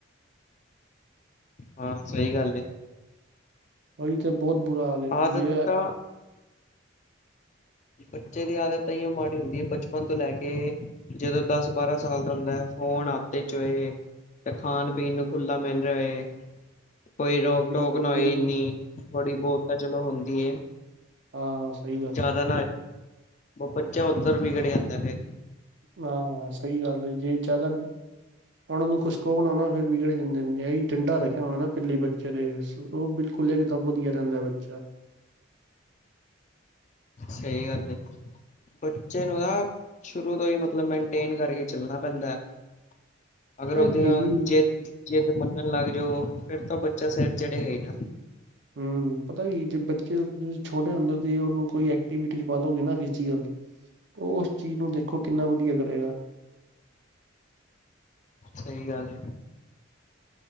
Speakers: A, on the left; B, on the right.
A: ਹਾਂ ਸਹੀ ਗੱਲ
B: ਉਹੀ ਤੇ ਬਹੁਤ ਬੁਰਾ ਹਾਲ
A: ਆਦਤ
B: ਜੇ
A: ਤਾਂ ਬੱਚੇ ਦੀ ਆਦਤ ਤਾਂ ਇ ਮਾੜੀ ਹੁੰਦੀ ਹੈ ਬਚਪਨ ਤੋਂ ਲੈ ਕੇ ਜਦੋਂ ਦਸ ਬਾਰਾਂ ਸਾਲ ਦਾ ਹੁੰਦਾ ਫੋਨ ਚੋਏ ਤੇ ਖਾਣ-ਪੀਣ ਨੂੰ ਖੁੱਲ੍ਹਾ ਮਿਲ ਰਿਹਾ ਹੈ। ਕੋਈ ਰੋਕ
B: ਬਿਲਕੁਲ
A: ਟੋਕ ਨਾ ਹੋਏ,
B: ਬਿਲਕੁਲ
A: ਇੰਨੀ ਥੋੜ੍ਹੀ ਬਹੁਤ ਤਾਂ ਚਲੋ ਹੁੰਦੀ।
B: ਹਾਂ ਸਹੀ ਗੱਲ
A: ਜ਼ਿਆਦਾ
B: ਹੈ।
A: ਬੱਚਾ ਉੱਧਰ ਵਿਗੜ ਜਾਂਦਾ ਫੇਰ,
B: ਹਾਂ ਸਹੀ ਗੱਲ ਜੇ ਜ਼ਿਆਦਾ। ਉਹਨਾਂ ਨੂੰ ਕੁਛ ਕੋ ਬਣਾ ਨਾ, ਫਿਰ ਵਿਗੜ ਜਾਂਦੇ ਨੇ ਡੰਡਾ ਰੱਖਿਆ ਹੋਣਾ ਨਾ ਪਿੱਲੀ ਬੱਚੇ ਦੇ, ਉਹ ਬਿਲਕੁਲ ਇਹ ਤਾਂ ਵਧੀਆ ਰਹਿੰਦਾ ਬੱਚਾ,
A: ਸਹੀ ਗੱਲ ਐ। ਬੱਚੇ ਨੂੰ ਨਾ ਸ਼ੁਰੂ ਤੋਂ ਹੀ ਮਤਲਬ ਮੇਨਟੇਨ ਕਰਕੇ ਚੱਲਣਾ ਪੈਂਦਾ ਹੈ। <unintelligible>
B: ਪਤਾ
A: ਅਗਰ ਉਹਦੀਆਂ
B: ਕੀ ਹੈ ਜੀ
A: ਜਿੱਦ-ਜਿੱਦ ਮੰਨਣ ਲੱਗ ਜਾਓ, ਫਿਰ ਤਾਂ ਬੱਚਾ ਸਿਰ ਚੜੇਗਾ ਹੀ ਨਾ
B: ਹੂੰ ਪਤਾ ਕੀ ਜੇ ਬੱਚੇ ਤੁਂ ਛੋਟੇ ਹੁੰਦੇ, ਤੇ ਉਹਨੂੰ ਕੋਈ ਐਕਟੀਵਿਟੀ ਚ ਪਾ ਦਓਗੇ ਨਾ ਫਿਜ਼ਕਲ ਉਹ ਉਸ ਚੀਜ਼ ਨੂੰ ਦੇਖੋ, ਕਿੰਨਾ ਵਧੀਆ ਕਰੇਗਾ।
A: ਸਹੀ ਗੱਲ ਐ।